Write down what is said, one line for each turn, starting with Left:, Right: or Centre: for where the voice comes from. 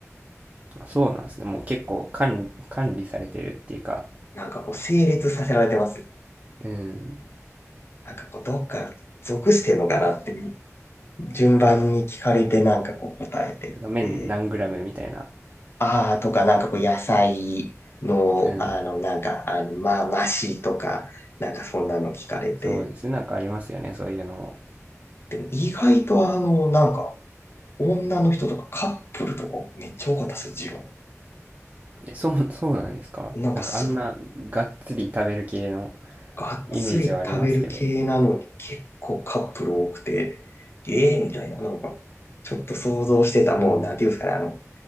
Right: そうなんですね。もう結構管理管理されてるっていうか、
Left: なんかこう、整列させられてますよ。
Right: うん。
Left: なんかこう、どっか属してんのかなって、順番に聞かれてなんかこう答えてって、
Right: てか麺何グラムみたいな。
Left: あーとかなんかこう、野菜の、
Right: うん。
Left: あの、なんか、あの、まあ、マシとか、なんかそんなの聞かれて、
Right: そうですね。なんかありますよね。そういうのも。
Left: でも意外とあの、なんか、女の人とかカップルとかめっちゃ多かったですよ、ジロ
Right: え、そう、そうなんですかなんかあんながっつり食べる系の
Left: ー。なんかすっごいがっつり食べる系なのに結構カップル多くて、
Right: イメージはありますけど。
Left: ええみたいな、なんか、ちょっと想像してた、もう、
Right: うん。
Left: なんていうんですかね、あの、